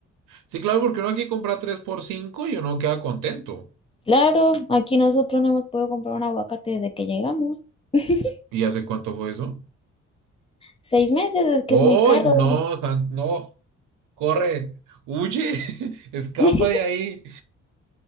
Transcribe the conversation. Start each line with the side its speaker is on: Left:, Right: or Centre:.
Right: Sí, claro, porque uno aquí compra 3 por 5 y uno queda contento.
Left: Claro, aquí nosotros no hemos podido comprar un aguacate desde que llegamos. <laughs>
Right: ¿Y hace cuánto fue eso?
Left: Seis meses es que
Right: ¡Ay,
Left: es muy caro.
Right: no! San- ¡No! ¡Corre! ¡Huye! <laughs> ¡Escapa
Left: <laughs>
Right: de ahí!